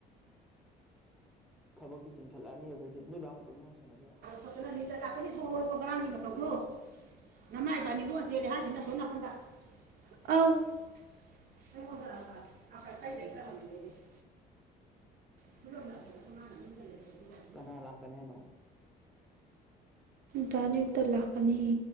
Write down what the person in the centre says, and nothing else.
ꯊꯕꯛꯇꯤ ꯆꯤꯡꯈꯠꯂꯛꯑꯅꯤ ꯑꯗꯨꯗꯩꯗꯤ ꯅꯣꯏ ꯕꯥ‌‌ꯃꯇꯣꯝꯗꯅ ꯁꯦꯟꯅꯗꯣꯏꯔꯥ
ꯀꯅꯥ ꯂꯥꯛꯀꯅꯤ ꯍꯥꯏꯅꯣ